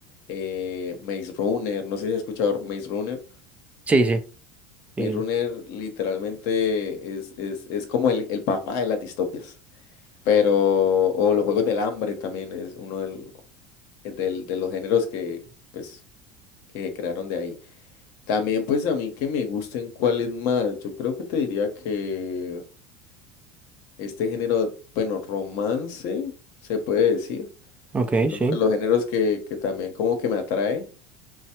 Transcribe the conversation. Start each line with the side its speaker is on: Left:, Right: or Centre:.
Left: eh, Maze Runner, no sé si has escuchado Maze Runner.
Right: Sí, sí.
Left: Maze
Right: Sí.
Left: Runner literalmente es, es, es como el, el papá de las distopias pero o los Juegos del Hambre también es uno del- eh, del- de los géneros que, pues, que crearon de ahí. También, pues, a mí que me gusten cuáles más. Yo creo que te diría que este género, bueno, romance, se puede decir,
Right: Ok,
Left: que es
Right: sí.
Left: uno de los géneros que, que también como que me atrae.